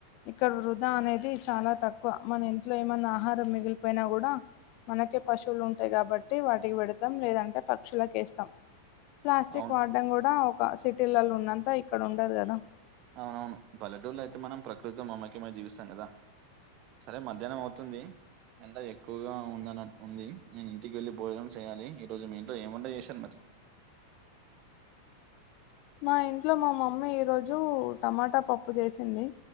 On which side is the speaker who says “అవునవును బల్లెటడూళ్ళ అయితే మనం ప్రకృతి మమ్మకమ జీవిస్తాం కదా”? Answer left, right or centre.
Right